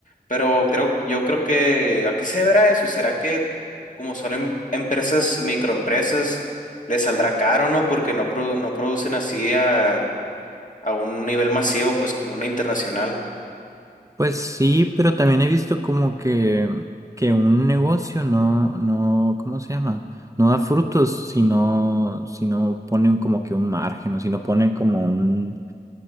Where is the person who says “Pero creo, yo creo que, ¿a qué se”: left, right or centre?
Left